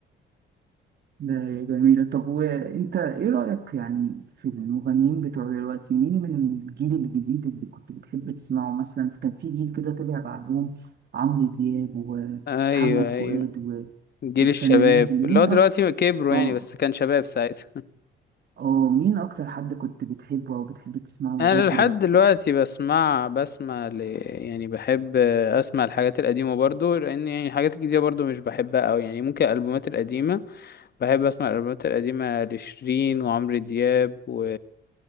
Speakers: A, on the right; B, on the left.
A: ده جميلة طب وانت ايه رأيك يعني في المغنيين بتوع دلوقتي مين من الجيل الجديد اللي كنت بتحب تسمعه مثلا كان في جيل كده طلع بعدهم عمرو دياب ومحمد
B: أيوه أيوه
A: فؤاد و-
B: جيل
A: والفنانين
B: الشباب
A: دي مين
B: اللي هو دلوقتي
A: أك...
B: كبروا
A: أو...
B: يعني بس كان شباب ساعتها
A: أو مين أكتر حد كنت بتحبه أو بتحب تسمعه لغاية
B: انا
A: دلوقتي
B: لحد دلوقتي بسمع بسمع ل... يعني بحب اسمع الحاجات القديمه برضو لان يعني الحاجات الجديده برضو مش بحبها قوي يعني ممكن الالبومات القديمه بحب اسمع الالبومات القديمه لشيرين وعمرو دياب و...